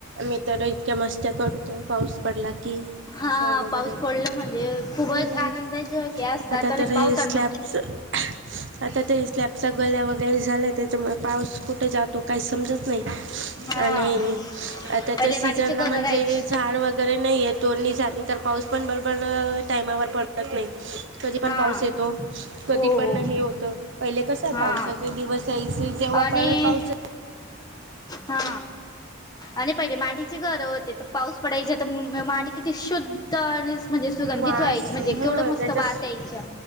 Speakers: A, on the right (about 60°); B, on the left (about 20°).
A: मी तर इतक्या मस्त्या करतो. पाऊस पडला की
B: हा
A: सो वगैरे
B: पाऊस पडलं म्हणजे खूपच
A: हम्म
B: आनंदा जळके असतात
A: आता
B: आणि
A: तर हे
B: पावसांमध्ये
A: स्लॅबच आता ते स्लॅबचा गल्या वगैरे झाले त्याच्यामुळे पाऊस कुठे जात तो काही समजत नाही
B: हा
A: आणि आताच्या
B: पहिले
A: सीजनला
B: मातीचे घर
A: म्हणजे
B: राहायची
A: झाड वगैरे नाहीयेत तोडणी झाली तर पाऊस पण बरबर टायमावर पडत नाही. कधी पण
B: हा
A: पाऊस येतो कधी
B: हो हो
A: पण हे होत पहिले कस
B: हा
A: पावसाचे दिवस यायचे जेव्हा
B: आणि
A: पड पाऊस
B: हा आणि पहिले मातीचे घर होती तर पाऊस पडायचे तर माडी किती शुद्ध आणि म्हणजे सुगंधित
A: वास
B: व्हायची म्हणजे
A: ह
B: केवढं मस्त
A: त्याच्या
B: वास यायचा.